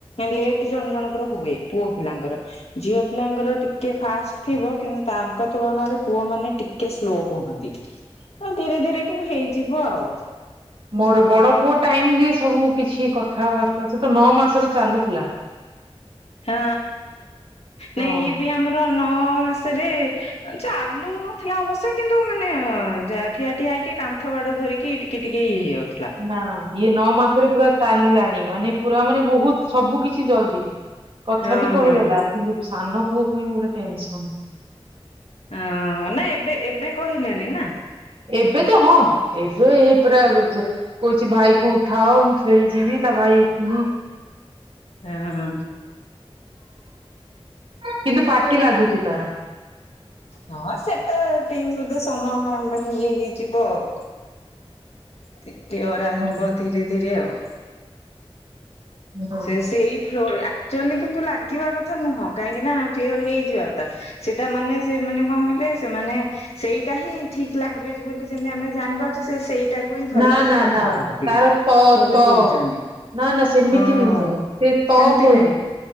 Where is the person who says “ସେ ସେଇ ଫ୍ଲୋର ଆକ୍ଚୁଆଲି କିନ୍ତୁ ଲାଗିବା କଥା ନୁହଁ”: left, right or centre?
Left